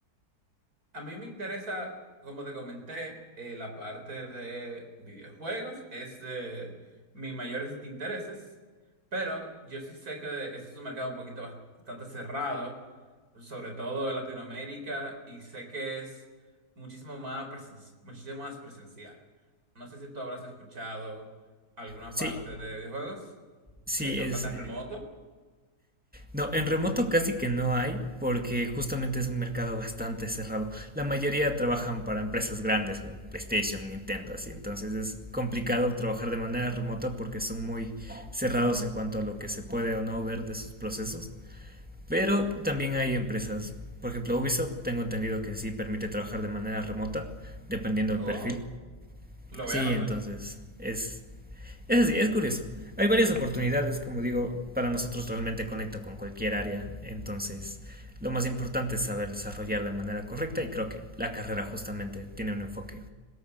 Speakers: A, on the right; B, in the centre.
A: A mí me interesa, como te comenté, eh, la parte de videojuegos, es de mis mayores intereses, pero yo sí sé que ese es un mercado un poquito bas- bastante cerrado, sobre todo en Latinoamérica, y sé que es muchísimo más, presen- muchísimo más presencial. No sé si tú habrás escuchado alguna
B: Sí,
A: parte de videojuegos
B: sí,
A: que te
B: es...
A: contratan
B: eh,
A: remoto.
B: No, en remoto casi que no hay porque justamente es un mercado bastante cerrado. La mayoría trabajan para empresas grandes como PlayStation, Nintendo, así. Entonces es complicado trabajar de manera remota porque son muy cerrados en cuanto a lo que se puede o no ver de sus procesos. Pero también hay empresas, por ejemplo Ubisoft, tengo entendido que sí permite trabajar de manera remota, dependiendo del
A: Oh,
B: perfil.
A: lo voy
B: Sí,
A: a anotar.
B: entonces es, es así, es curioso. Hay varias oportunidades, como digo, para nosotros realmente conecta con cualquier área, entonces lo más importante es saber desarrollar de manera correcta y creo que la carrera justamente tiene un enfoque